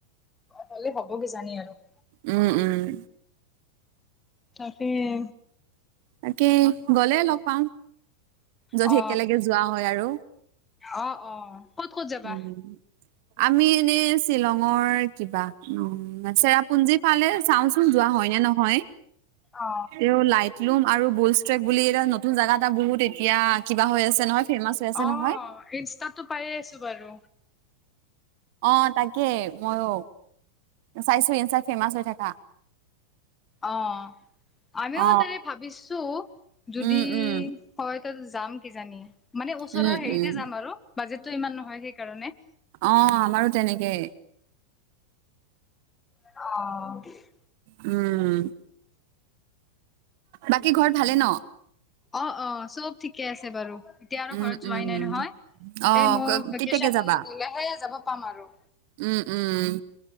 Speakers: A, on the left; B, on the right.
A: হ'লে হ'ব কিজানি আৰু।
B: উম উম।
A: তাকেই।
B: তাকে গ'লে লগ পাম। যদি
A: অ
B: একেলগে যোৱা হয় আৰু
A: অ অ। ক'ত ক'ত যাবা
B: উম, আমি এনে শ্বিলঙৰ কিবা <unintelligible> চেৰাপুঞ্জী ফালে চাওঁচোন যোৱা হয় নে নহয়।
A: অ
B: তেও লাইটলুম আৰু বুলষ্ট্ৰেক্ বুলি এটা নতুন জেগা এটা বহুত এতিয়া কিবা হৈ আছে নহয়। ফেমাচ হৈ আছে
A: অ
B: নহয়।
A: ইনষ্টাতো পায়েই আছো বাৰু।
B: অ তাকে ময়ো চাইছো ইনষ্টাত ফেমাচ হৈ থাকা।
A: অ আমিও
B: অ
A: তাকে ভাবিছো। যদি
B: উম উম
A: হয় ত যাম কিজানি মানে ওচৰৰ
B: উম
A: হেৰিতে
B: উম
A: যাম আৰু। বাজেটটো ইমান নহয় সেইকাৰণে।
B: অ আমাৰো তেনেকেই।
A: অ।
B: উম। বাকী ঘৰত ভালে ন?
A: অ অ চব ঠিকে আছে বাৰু এতিয়া আৰু
B: উম
A: ঘৰত যোৱাই
B: উম
A: নাই নহয়।
B: অ
A: এই মোক
B: ক-
A: ভেকেশচন
B: কেতিয়াকে যাবা
A: দিলেহে যাব পাম আৰু।
B: উম উম উম।